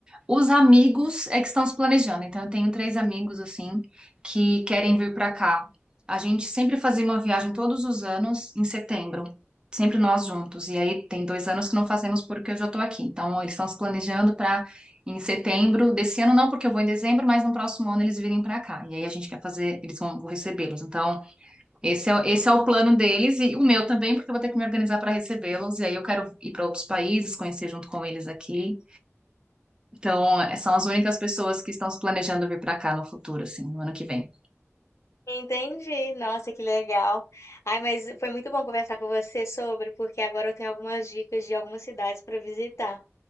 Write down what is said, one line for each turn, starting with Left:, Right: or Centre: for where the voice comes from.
Right: Os amigos é que estão se planejando. Então, eu tenho três amigos assim que querem vir para cá. A gente sempre fazia uma viagem todos os anos em setembro, sempre nós juntos. E aí tem dois anos que não fazemos porque eu já estou aqui. Então, eles estão se planejando para em setembro desse ano não, porque eu vou em dezembro, mas no próximo ano eles virem para cá. E aí a gente quer fazer, eles vão vou recebê-los. Então esse é, esse é o plano deles e o meu também, porque eu vou ter que me organizar para recebê-los. E aí eu quero ir para outros países, conhecer junto com eles aqui. Então, eh, são as únicas pessoas que estão se planejando vir para cá no futuro, assim, no ano que vem.
Left: Entendi. Nossa, que legal. Ai, mas foi muito bom conversar com você sobre, porque agora eu tenho algumas dicas de algumas cidades para visitar.